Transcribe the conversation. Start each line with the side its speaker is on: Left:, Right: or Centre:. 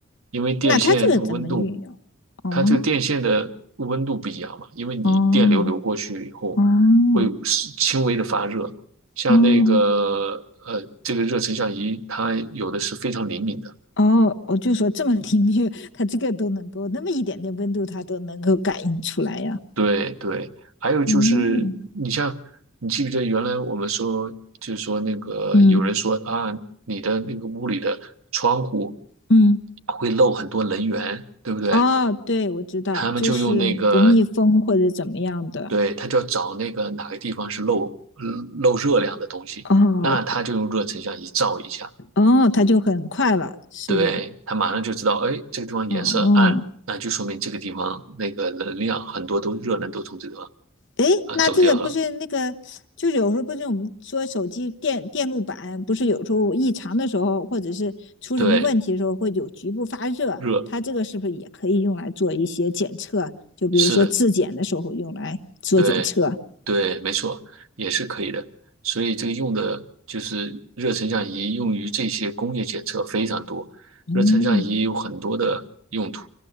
Right: 因为电线的温度，
Left: 那它这个怎么运用？哦
Right: 它这个电线的温度不一样嘛，因为你电流流过去以后会是轻微的发热，
Left: 哦哦
Right: 像那个呃这个热成像仪，
Left: 哦
Right: 它有的是非常灵敏的。
Left: 哦，我就说这么灵敏，<laughs> 它这个都能够那么一点点温度，它都能够感应出来呀。
Right: 对对，还有就是，
Left: 哦
Right: 你像，你记不记得原来我们说，就是说那个有人说啊，
Left: 嗯
Right: 你的那个屋里的窗户
Left: 嗯，
Right: 会漏很多能源，对不对？
Left: 哦，对，我知道，
Right: 他们就用那个，
Left: 就是不密封或者怎么样的。
Right: 对，他就要找那个哪个地方是漏嗯漏热量的东西，
Left: 哦
Right: 那他就用热成像仪照一下，
Left: 哦，它就很快了，是的。
Right: 对，他马上就知道，哎，这个地方颜色暗，
Left: 哦哦，
Right: 那就说明这个地方那个能量很多都热能都从这个地方
Left: 诶，
Right: 啊走掉了，
Left: 那这个不是那个，就是有时候不是我们说手机电电路板不是有时候异常的时候，或者是出什么问题的时候会有局部发热，
Right: 对，热。
Left: 它这个是不是也可以用来做一些检测？就比如说质检的时候用来做检测。
Right: 是的，对，对，没错，也是可以的。所以这个用的就是热成像仪，用于这些工业检测非常多。
Left: 嗯
Right: 热成像仪有很多的用途。